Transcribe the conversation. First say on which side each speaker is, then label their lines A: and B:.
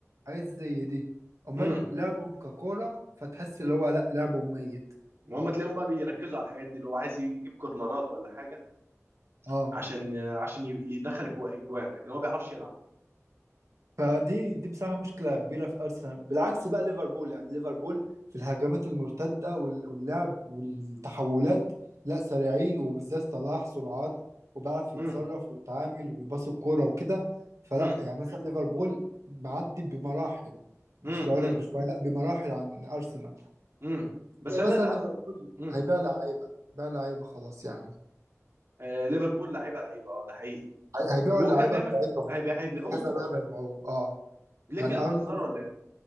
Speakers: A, on the right; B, on the right.
A: حاجات زي دي أمال
B: امم
A: لعبهم ككورة فتحس اللي هو لأ لعبهم ميت
B: وهم تلاقيهم بقى بيركزوا على الحاجات دي اللي هو عايز يجيب كورنرات ولا حاجه
A: اه
B: عشان عشان ي- يدخل أجوا- اجوان لكن هو ما بيعرفش يلعب
A: فدي دي بصراحة مشكلة كبيرة في أرسنال بالعكس بقى ليفربول يعني ليفربول في الهجمات المرتدة وال- واللعب والتحولات لا سريعين وبالذات صلاح سرعات وبيعرف يتصرف
B: امم
A: ويتعامل ويباص الكورة وكده فلا
B: امم
A: يعني مثلا ليفربول معدي بمراحل مش
B: امم
A: بقول لك بشوية لا بمراحل عن أرسنال
B: امم بس
A: زي
B: انا
A: مثلا
B: اللي زعلان
A: ليفربول
B: امم
A: هيبيع لعيبة بيع لعيبة خلاص يعني
B: آه ليفربول لعيبه لعيبه اه ده حقيقي
A: هي- هيبيعوا
B: وهو
A: اللعيبة
B: كان دايما
A: بتاعتهم
B: هيبيع- هيبيعوهم
A: كذا لاعب هيبيعوه اه
B: ليه
A: يعني
B: كده
A: أرنولد
B: بيخسروا ولا ايه